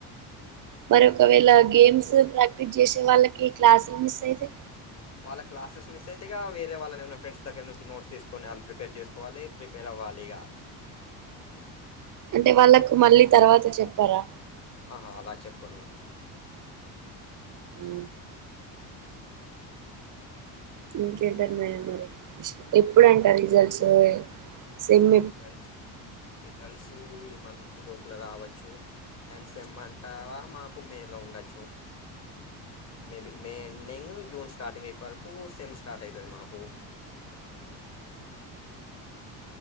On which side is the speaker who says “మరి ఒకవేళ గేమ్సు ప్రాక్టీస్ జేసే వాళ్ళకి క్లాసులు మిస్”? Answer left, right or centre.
Right